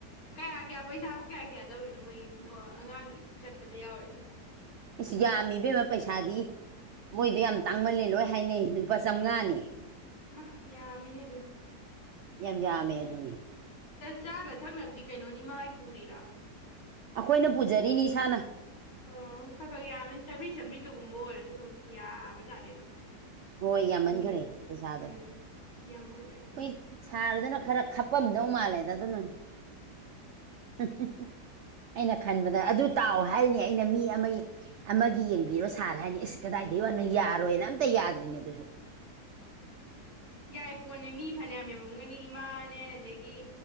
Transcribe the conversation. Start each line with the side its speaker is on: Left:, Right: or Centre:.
Left: ꯀꯥꯏ ꯑꯒꯦ ꯄꯩꯁꯥꯕꯨ ꯀꯌꯥ ꯀꯌꯥ ꯂꯧꯔꯤꯅꯣ ꯃꯣꯏꯒꯤ ꯑꯉꯥꯡꯒꯤ ꯆꯠꯄꯗ ꯌꯥꯎꯔꯤꯗꯣ
Right: ꯑꯁ ꯌꯥꯝꯃꯤꯕꯦꯝꯃ ꯄꯩꯁꯥꯗꯤ ꯃꯣꯏꯗꯣ ꯌꯥꯝ ꯇꯥꯡꯃꯜꯂꯦ ꯂꯣꯏ ꯍꯥꯏꯅꯩ ꯂꯨꯄꯥ ꯆꯥꯝꯃꯉꯥꯅꯦ
Left: ꯃꯥ ꯌꯥꯝꯃꯤꯅꯦ ꯑꯗꯨꯝ
Right: ꯌꯥꯝ ꯌꯥꯝꯃꯦ ꯑꯗꯨꯅꯤ
Left: ꯆꯥꯅ ꯊꯛꯅꯕꯗꯤ ꯀꯩꯅꯣꯅꯤ ꯏꯃꯥꯣꯏ ꯄꯨꯔꯤꯔꯥ
Right: ꯑꯩꯈꯣꯏꯅ ꯄꯨꯖꯔꯤꯅꯤ ꯏꯁꯥꯅ
Left: ꯑꯣ ꯈꯔ ꯈꯛ ꯌꯥꯝꯕꯅꯤ ꯆꯥꯝꯔꯤ ꯆꯥꯝꯔꯤꯗꯨꯒꯨꯝꯕ ꯑꯣꯏꯔꯁꯨ ꯑꯗꯨꯝ ꯌꯥꯕꯖꯥꯠꯅꯤ ꯑꯗꯨꯝ
Right: ꯍꯣꯏ ꯌꯥꯝꯃꯟꯈꯔꯦ
Left: ꯃꯤꯦ
Right: ꯄꯩꯁꯥꯗꯣ
Left: ꯎꯝ ꯌꯦꯃꯜ ꯂꯩꯈ꯭ꯔ
Right: ꯍꯣꯏ
Left: ꯑꯗꯨꯣ
Right: ꯁꯥꯔꯗꯨꯅ ꯈꯔ ꯈꯞꯄꯝꯗꯧ ꯃꯥꯜꯂꯦꯗ ꯑꯗꯨꯅꯤ ꯍꯦ-ꯍꯦ-ꯍꯦ ꯑꯩꯅ ꯈꯟꯕꯗ ꯑꯗꯨ ꯇꯥꯎꯑꯣ ꯍꯥꯏꯔꯤꯅꯦ ꯑꯩꯅ ꯃꯤ ꯑꯃꯒꯤ ꯑꯃꯒꯤ ꯌꯦꯡꯕꯤꯔꯣ ꯁꯥꯔ ꯍꯥꯏꯅꯤ ꯑꯁ ꯀꯗꯥꯏꯗꯒꯤꯩ ꯋꯥꯅꯣ ꯌꯥꯔꯣꯏꯅ ꯑꯝꯇ ꯌꯥꯗ꯭ꯔꯤꯅꯦ ꯑꯗꯨꯁꯨ
Left: ꯎ ꯌꯥꯏ ꯄꯣꯟꯅꯦ ꯃꯤ ꯐꯅꯌꯥꯝ ꯃꯦꯝꯃꯝꯒꯅꯤ ꯏꯃꯥꯅꯦ ꯑꯗꯒꯤ